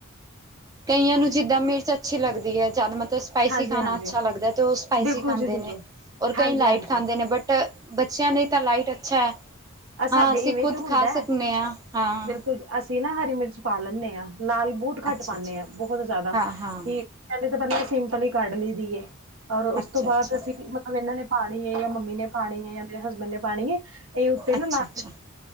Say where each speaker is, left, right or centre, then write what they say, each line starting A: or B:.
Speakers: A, on the right; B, on the right.
A: ਕਈਆਂ ਨੂੰ ਜਿੱਦਾਂ ਮਿਰਚ ਅੱਛੀ ਲੱਗਦੀ ਹੈ ਜ ਮਲਬ ਸਪਾਈਸੀ
B: ਹਾਂਜੀ
A: ਖਾਣਾ
B: ਹਾਂਜੀ
A: ਅੱਛਾ ਲੱਗਦਾ ਤੇ ਉਹ ਸਪਾਈਸੀ
B: ਬਿਲਕੁਲ
A: ਖਾਂਦੇ
B: ਜੀ ਬਿਲਕੁਲ
A: ਨੇ ਔਰ ਕਈ
B: ਹਾਂਜੀ
A: ਲਾਈਟ
B: ਹਾਂਜੀ
A: ਖਾਂਦੇ ਨੇ ਬਟ ਬੱਚਿਆਂ ਲਈ ਤਾਂ ਲਾਈਟ ਅੱਛਾ ਹੈ।
B: ਅ ਸਾਡੇ
A: ਹਾਂ ਅਸੀਂ
B: ਇਵੇਂ
A: ਖੁੱਦ
B: ਤੇ
A: ਖਾ
B: ਹੁੰਦਾ ਹੈ
A: ਸਕਦੇ ਹਾਂ ਹਾਂ।
B: ਬਿਲਕੁਲ ਅਸੀਂ ਨਾ ਹਰੀ ਮਿਰਚ ਪਾ ਲੈਂਨੇ ਆ। ਲਾਲ ਬੋਤ ਘੱਟ
A: ਅੱਛਾ
B: ਪਾਨੇ
A: ਅੱਛਾ
B: ਆ ਬਹੁਤ ਜ਼ਿਆਦਾ
A: ਹਾਂ ਹਾਂ
B: ਕਿ ਪਹਿਲੇ ਤਾਂ ਪਹਿਲਾਂ ਸਿੰਪਲ ਹੀ ਕੱਢ ਲਈ ਦੀ ਔਰ ਉਸ
A: ਅੱਛਾ
B: ਤੋਂ ਬਾਅਦ
A: ਅੱਛਾ
B: ਅਸੀਂਲ ਹ ਇਹਨਾਂ ਨੇ ਪਾਉਣੀ ਹੈ, ਜਾਂ ਮੰਮੀ ਨੇ ਪਾਉਣੀ ਹੈ, ਜਾਂ ਮੇਰੇ ਹਸਬੈਂਡ ਨੇ ਪਾਉਣੀ ਹੈ, ਇਹ ਉੱਤੇ ਨਾ
A: ਅੱਛਾ
B: ਲ
A: ਅੱਛਾ